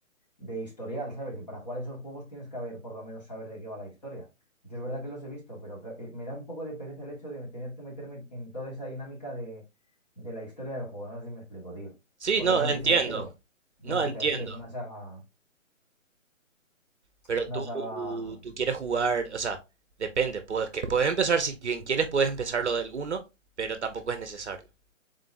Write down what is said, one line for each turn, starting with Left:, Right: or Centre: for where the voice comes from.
Left: de historial, ¿sabes? Y para jugar esos juegos tienes que haber, por lo menos, saber de qué va la historia. Yo es verdad que los he visto, pero que- eh, me da un poco de pereza el hecho de tener que meterme en toda esa dinámica de, de la historia del juego, no sé si me explico, tío.
Right: Sí,
Left: Porque
Right: no,
Left: no empieza
Right: entiendo.
Left: de cero, no
Right: No
Left: empieza
Right: entiendo.
Left: de cero, es una saga,
Right: Pero
Left: es una
Right: tú,
Left: saga.
Right: tú quieres jugar, o sea, depende, puedes, que puedes empezar, si quien quieres puedes empezar lo del uno, pero tampoco es necesario.